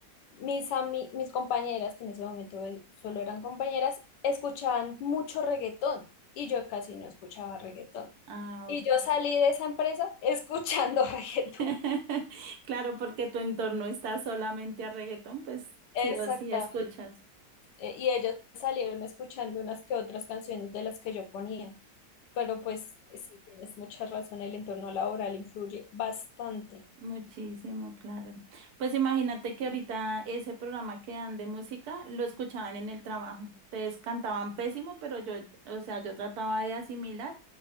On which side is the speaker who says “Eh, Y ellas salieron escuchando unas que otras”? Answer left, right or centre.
Left